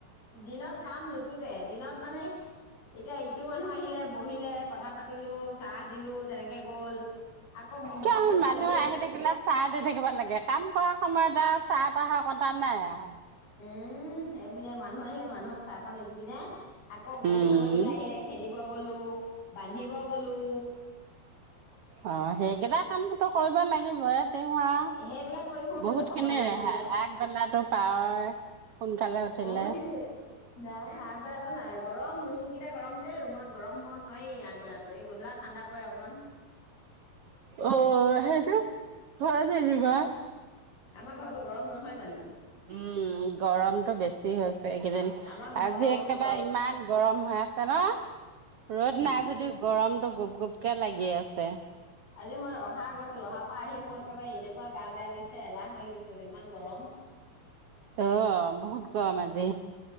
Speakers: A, on the left; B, on the right.
A: দিনত কাম নুতুতে। দিনত মানে, এতিয়া ইটো মানুহ আহিলে, বহিলে কথা পা তিলো, চাহ দিলোঁ, তেনেকে গ'ল। আকৌ,
B: কিয় মানুহ
A: এই
B: আহি থাকিলে চাহ দি থাকিব লাগে। কাম কৰা সময়ত আৰু চাহ-তাহৰ কথা নাই আৰু।
A: উম, সেইবুলিয়ে মানুহ আহিলে, মানুহক চাহকণ নিদিবিনে? আকৌ, গৰু,
B: উম।
A: ছাগলীকেইটা আহিলে, খেদিব গলোঁ, বান্ধিব গলোঁ।
B: অ'! সেইকেইটা কামতো ত' কৰিব লাগিবই। <unintelligible> আৰু
A: সেইবিলাক কৰি ফুৰোতেতো
B: বহুত
A: সময়টো
B: খিনি
A: গুচি
B: ৰেহাই।
A: যায়
B: আগবেলাটো পাওঁ, সোনকালে উঠিলে।
A: বহুত খিনি নাই আগবেলাটো নাই, গৰম! ৰুম কেইটা গৰম যে, ৰুমত গৰমত নোৱাৰি আগবেলাতো। এই গধূলাত ঠাণ্ডা পৰে, অকমান।
B: অ'! সেইটো, হয় যেনিবা।
A: আমাৰ ঘৰটো গৰম নহয় জোনোঁ!
B: উম, গৰমটো বেছি হৈছে, এইকেইদিন।
A: আমাৰ ঘৰতো
B: আজি একেবাৰে
A: গৰম
B: ইমান গৰম হৈ আছে ন? ৰ'দ
A: উম
B: নাই যদিও, গৰমতটো গোপ-গোপকে লাগি আছে।
A: আজি মই ৰহা গৈছোঁ, ৰহাৰ পৰা আহি মোৰ, একেবাৰে এনেকুৱা গা বেয়া লাগিছে, এলাহ লাগি গৈছে, ইমান গৰম!
B: অ'! বহুত কম আজি।